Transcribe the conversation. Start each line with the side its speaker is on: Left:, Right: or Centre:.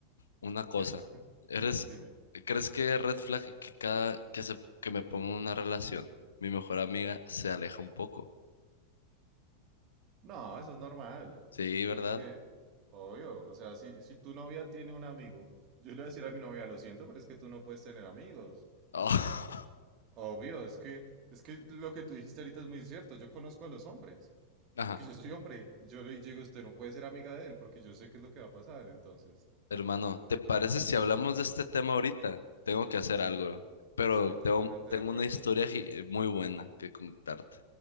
Left: una cosa.
Right: ¿Qué?
Left: ¿Eres,
Right: Dime.
Left: crees que red flag que cada que se que me pongo en una relación, mi mejor amiga se aleja un poco?
Right: No, eso es normal.
Left: Sí, ¿verdad?
Right: Porque, obvio, o sea, si, si tu novia tiene un amigo, yo le voy a decir a mi novia, lo siento, pero es que tú no puedes tener amigos.
Left: <laughs> Oh,
Right: Obvio, es que, es que lo que tú dijiste ahorita es muy cierto. Yo conozco a los hombres,
Left: Ajá.
Right: porque yo soy hombre. Yo le digo, usted no puede ser amiga de él, porque yo sé qué es lo que va a pasar. Entonces,
Left: Hermano, ¿te parece
Right: entonces,
Left: si hablamos de este tema ahorita? Tengo que hacer
Right: yo
Left: algo, pero
Right: estoy totalmente
Left: tengo, tengo
Right: de acuerdo.
Left: una historia gi- eh, muy buena que contarte.